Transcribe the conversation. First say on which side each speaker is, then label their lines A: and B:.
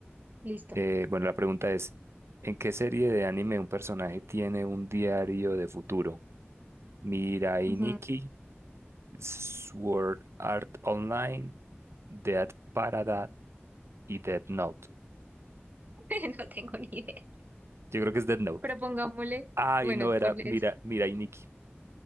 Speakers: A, on the right (about 45°); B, on the right (about 85°).
A: Listo.
B: Eh, bueno, la pregunta es, ¿en qué serie de anime un personaje tiene un diario de futuro? Mirai
A: Ujú.
B: Nikki, Sword Art Online, Dead Parada y Death Note.
A: <laughs> No tengo ni idea.
B: Yo creo que es Death Note.
A: Propongámosle.
B: Ay,
A: Bueno,
B: no, era
A: ponle
B: Mira,
A: eso.
B: Mirai Nikki.